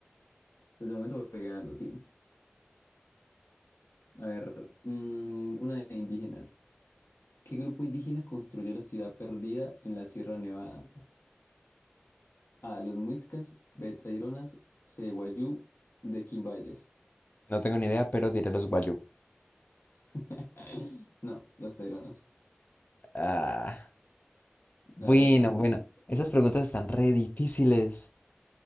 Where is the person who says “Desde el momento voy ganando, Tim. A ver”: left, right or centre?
Left